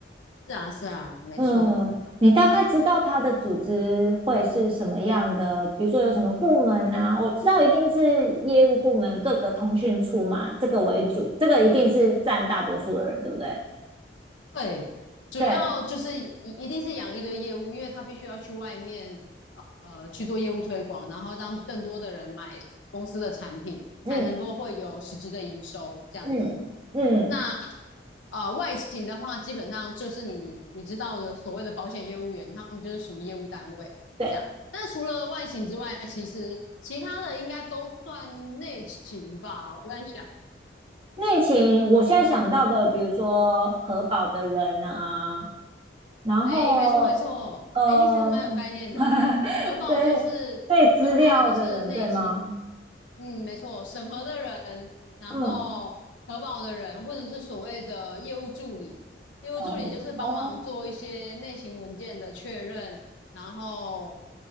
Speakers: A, on the left; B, on the right.
A: 是啊是啊，没错。
B: 嗯，你大概知道它的组织会是什么样的？比如说有什么部门啊？我知道一定是业务部门各个通讯处嘛，这个为主，这个一定是占大多数的人，对不对？
A: 对，主要就是一一定是养一堆业务，
B: 对，
A: 因为他必须要去外面呃去做业务推广，然后让更多的人买公司的产品，才能够会有实质的营收这样子。
B: 嗯嗯嗯，
A: 那呃，外勤的话，基本上就是你你知道的所谓的保险业务员，他们就是属于业务单位这样。
B: 对，
A: 那除了外勤之外，其实其他的应该都算内勤吧，我在想。
B: 内勤，我现在想到的，比如说核保的人啊，然后
A: 哎，没错没错，
B: 呃，
A: 哎，你其实蛮有概念的。
B: <laughs>
A: 核保就是核保就是内勤，
B: 对对，资料的人，对吗？
A: 嗯，没错，审核的人，然后核保的人，
B: 嗯，
A: 或者是所谓的业务助理，业务助理就是帮忙做一些内勤文件的确认，
B: 哦哦，
A: 然后